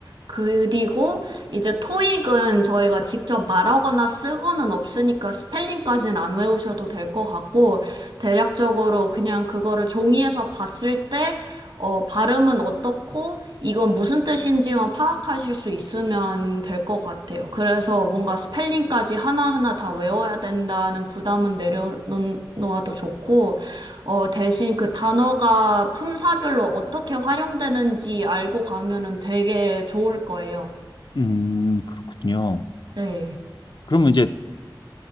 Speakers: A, on the right (about 75°); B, on the left (about 60°).
A: 그리고 이제 토익은 저희가 직접 말하거나 쓰거나 없으니까 스펠링까지는 안 외우셔도 될 것 같고, 대략적으로 그냥 그거를 종이에서 봤을 때, 어, 발음은 어떻고, 이건 무슨 뜻인지만 파악하실 수 있으면 될 것 같아요. 그래서 뭔가 스펠링까지 하나하나 다 외워야 된다는 부담은 내려놓아도 좋고, 어, 대신 그 단어가 품사별로 어떻게 활용되는지 알고 가면은 되게 좋을 거예요.
B: 음, 그렇군요.
A: 네,
B: 그러면 이제